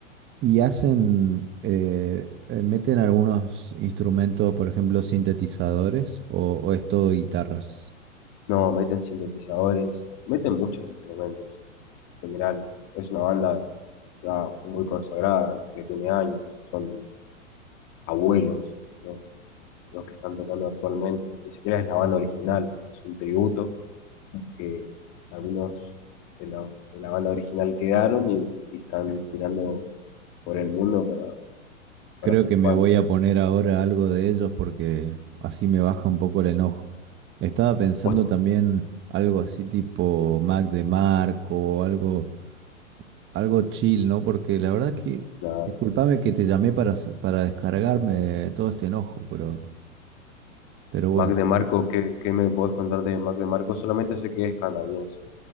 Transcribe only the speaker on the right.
y hacen, eh, eh, meten algunos instrumentos, por ejemplo, sintetizadores o, o es todo guitarras.
Creo
que me
voy a
poner ahora algo de ellos porque así me baja un poco el enojo. Estaba pensando
también algo así tipo Mac de Marco o algo algo chill, ¿no? Porque la verdad que,
discúlpame que te llamé para, sa- para descargarme todo este enojo, pero, pero bueno.